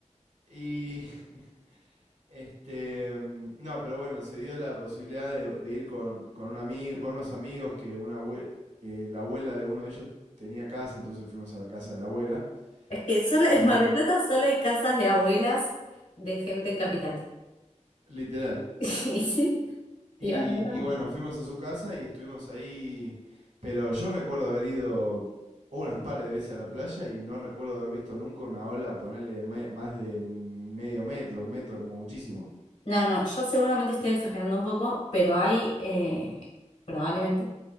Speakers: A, on the right (about 75°); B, on the left (about 75°).
A: Y <laughs> este, mm, no, pero bueno, se dio la posibilidad de, de ir con, con un amigo, con unos amigos que una abue- eh, la abuela de uno de ellos tenía casa, entonces fuimos a la casa de la abuela
B: Es que solo en
A: y
B: Mar del Plata solo hay casas de abuelas de gente en capital.
A: literal.
B: <laughs> Y sí.
A: Y,
B: Y van en verano.
A: y bueno, fuimos a su casa y estuvimos ahí, pero yo recuerdo haber ido unas par de veces a la playa y no recuerdo haber visto nunca una ola ponerle más de medio metro, un metro como muchísimo.
B: No, no, yo seguramente estoy exagerando un poco, pero hay, eh, probablemente,